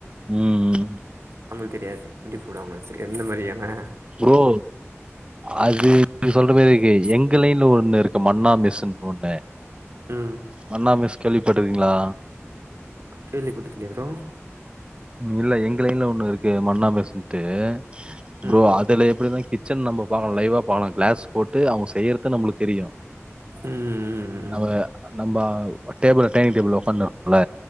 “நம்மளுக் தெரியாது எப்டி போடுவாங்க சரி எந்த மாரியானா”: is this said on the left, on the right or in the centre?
Right